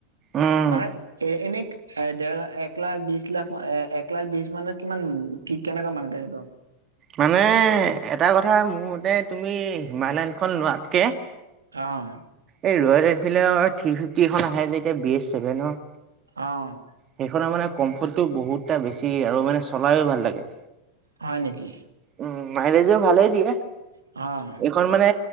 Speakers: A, on the right (about 30°); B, on the right (about 75°).
A: উম
B: মানে এ, এনে এ, দেৰ লাখ, এক লাখ, বিশ লাখ, এ-এক লাখ বিশ মানত কিমান কি, কেনেকুৱা মানে গাড়ী পাম?
A: মানে এটা কথা মোৰ মতে তুমি হিমালয়ানখন লোৱাতকে
B: অ'।
A: এই ৰয়েল এনফিল্ডৰ থ্ৰী ফিফটিখন আহে যে এতিয়া বি এছ ছেভেনৰ
B: অ'।
A: সেইখনৰ মানে কমফৰ্টটো বহুতটা বেছি আৰু মানে চলায়ু ভাল লাগে।
B: হয় নেকি?
A: উম, মাইলেজো ভালেই দিয়ে।
B: অ'।
A: এইখন মানে